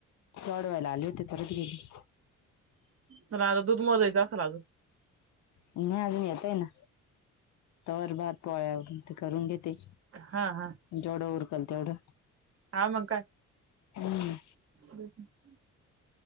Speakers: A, on the left; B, on the right.
A: चढ वेयला आले होते परत गेले.
B: पण आता दूध मोजायचं असेल अजून?
A: नाही अजून येतय ना तवर भात पोळ्या आवरल ते करून घेते,
B: हा हा.
A: जेवढं उरकल तेवढं.
B: हा मग काय.
A: हम्म.
B: <unintelligible>